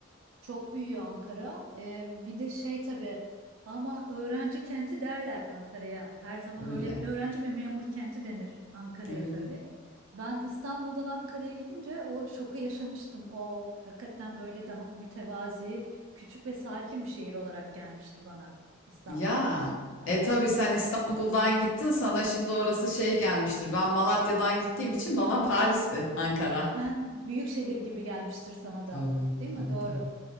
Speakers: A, on the right; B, on the left.
A: Çok büyüyor Ankara. Ee, bir de şey tabii ama öğrenci kenti derler Ankara'ya. Her zaman
B: öyle
A: öyle öğrenci ve memur kenti denir Ankara'ya
B: öyle.
A: tabii. Ben İstanbul'dan Ankara'ya gidince o şoku yaşamıştım. O hakikaten böyle daha mütevazi, küçük ve sakin bir şehir olarak gelmişti bana İstanbul'dan
B: Ya.
A: sonra.
B: E tabii
A: Tabii
B: sen
A: tabii.
B: İstanbul'dan gittin sana şimdi orası şey gelmiştir. Ben Malatya'dan gittiğim için bana Paris'ti Ankara.
A: Ha, büyük şehir gibi gelmiştir sana
B: Tabii,
A: da. Değil
B: tabii,
A: mi? Doğru.
B: tabii.